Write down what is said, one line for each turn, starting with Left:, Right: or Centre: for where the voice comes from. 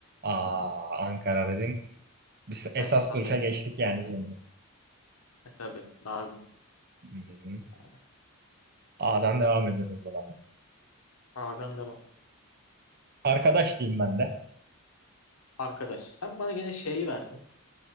Right: Aa, Ankara dedin. Biz esas
Left: E tabii.
Right: duruşa geçtik yani şimdi.
Left: E tabii. Lazım.
Right: Hı-hı.
Left: Yani.
Right: A'dan devam ediyoruz o zaman.
Left: Ağırdan devam.
Right: Arkadaş diyeyim ben de.
Left: Arkadaş sen bana gene şeyi verdin.